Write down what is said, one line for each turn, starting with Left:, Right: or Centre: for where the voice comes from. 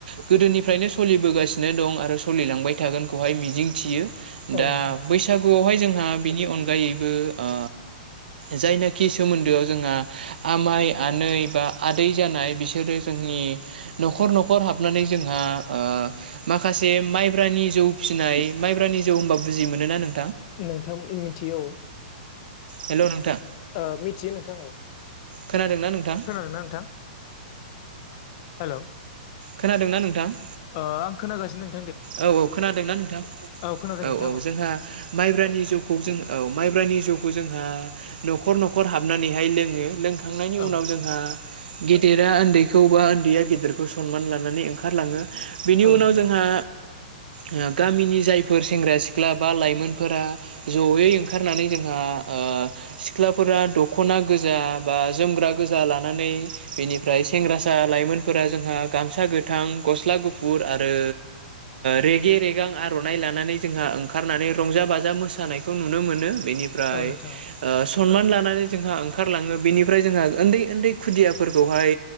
Right: गोदोनिफ्रायनो सलिबोगासि नो दं आरो सलिलांबाय थागोनखौहाय मिजिंथियो। दा
Left: औ नोंथां
Right: बैसागुआवहाय जोंहा बेनि अनगायैबो ओ जायनाखि सोमोन्दोआव जोंहा आमाय आनै बा आदै जानाय बिसोरो जों नि न'खर न'खर हाबनानै जोंहा ओ माखासे माइब्रानि जौ फिसिनाय माइब्रानि जौ होनबा बुजि मोनो ना नों
Left: नोंथां इ मिथिगौ।
Right: हेलौ नोंथां।
Left: ओ मिथियो नोंथां औ।
Right: खोनादोंना नोंथां?
Left: खोनादोंना नोंथां हेल'
Right: खोनादों ना नोंथां?
Left: ओ आं खोनागासिनो दों।
Right: औ औ खोनादोंना नोंथां?
Left: खोनादों
Right: औ
Left: नोंथां
Right: औ जोंहा माइब्रानि जौखौ जों औ माइब्रानि जौ खौ जोंहा न'खर न'खर हाबनानैहाय लोङो लोंखांनायनि
Left: औ
Right: उनाव जोंहा गेदेरा ओन्दैखौ बा ओन्दैया गेदेरखौ सनमान लानानै ओंखारलाङो। बिनि
Left: औ
Right: उनाव
Left: नोंथां
Right: जोंहा
Left: औ <inaudible>
Right: ओ गामिनि जायफोर सेंग्रा सिख्ला बा लाइमोनफोरा जयै ओंखारनानै जोंहा ओ ओ सिख्लाफोरा दख'ना गोजा बा जोमग्रा गोजा लानानै बेनिफ्राय सें ग्रासा लाइमोनफोरा जोंहा गामसा गोथां, गस्ला गुफुर आरो रेगे रेगां आर'नाइ लानानै जोंहा ओंखारनानै रंजा बाजा मोसानायखौ नुनो मोनो। बेनिफ्राय
Left: औ नोंथां
Right: ओ सनमान लानानै जोंहा ओंखारलाङो। बेनिफ्राय जोंहा उन्दै उन्दै खुदियाफोरखौहाय